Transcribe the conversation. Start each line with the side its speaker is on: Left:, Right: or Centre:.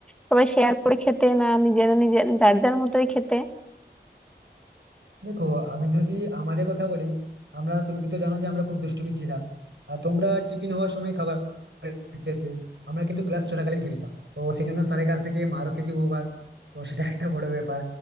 Centre: সবাই শেয়ার করে খেতে না নিজেরা নিজের যার যার মতোই খেতে
Right: দেখো আমি যদি আমাদের কথা বলি আমরা তুমি তো জানো যে আমরা খুব দুষ্টুমি ছিলাম আর তোমরা টিফিন হওয়ার সময় খাবার খেতে আমরা কিন্তু ক্লাস চলাকালীন খেয়ে নিতাম তো সেই জন্য স্যারের কাছ থেকে মারও খেয়েছি বহুবার তো সেটা একটা বড় ব্যাপার